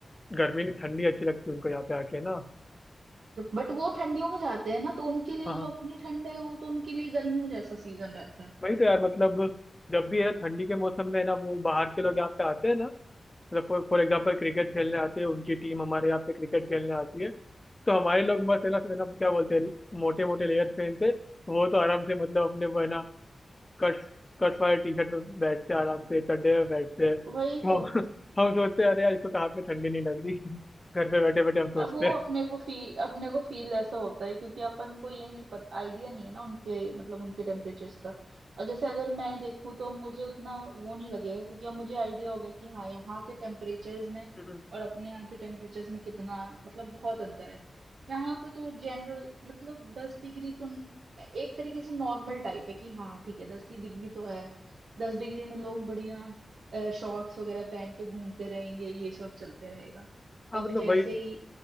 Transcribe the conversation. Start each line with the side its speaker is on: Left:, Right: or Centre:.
Left: गर्मी नहीं ठंडी अच्छी लगती है उनको यहाँ पे आके ना
Right: बट वो ठंडियों में जाते हैं ना तो उनके लिए
Left: हाँ हाँ
Right: जो अपनी ठंड है वो तो उनके लिए गर्मियों जैसा सीजन रहता है
Left: वही तो यार मतलब जब भी है ठंडी के मौसम में है ना वो बाहर के लोग यहाँ पे आते हैं ना मतलब फॉर फॉर एग्जाम्पल क्रिकेट खेलने आते हैं उनकी टीम हमारे यहाँ पे क्रिकेट खेलने आती है तो हमारे लोग बस है ना है ना क्या बोलते हैं मोटे मोटे लेयर्स पहनते वो तो आराम से मतलब अपने वो है ना कट्स कट्स वाले टी शर्ट में बैठते आराम से चड्डे में बैठते हैं तो
Right: वही तो
Left: <laughs> हम हम सोचते हैं अरे यार इसको कहाँ पे ठंडी नहीं लग रही <laughs> घर पे बैठे बैठे हम सोचते
Right: अब वो
Left: हैं
Right: अपने को फी अपने को फील ऐसा होता है क्योंकि अपन को ये नहीं पता आइडिया नहीं है ना उनके मतलब उनके टेम्परेचर्स का अब जैसे अगर मैं देखूं तो मुझे उतना वो नहीं लगेगा क्योंकि अब मुझे आइडिया हो गया कि हाँ यहाँ के टेम्परेचर्स में
Left: हम्म।
Right: और अपने यहाँ के टेम्परेचर्स में कितना मतलब बहुत अंतर है यहाँ पे तो जनरल मतलब दस डिग्री तो एक तरीके से नॉर्मल टाइप है कि हाँ ठीक है दस ही डिग्री तो है दस डिग्री में लोग बढ़िया शॉर्ट्स वगैरह पहन के घूमते रहेंगे ये सब चलते रहेगा
Left: हाँ
Right: और
Left: मतलब
Right: फिर जैसे
Left: वही
Right: ही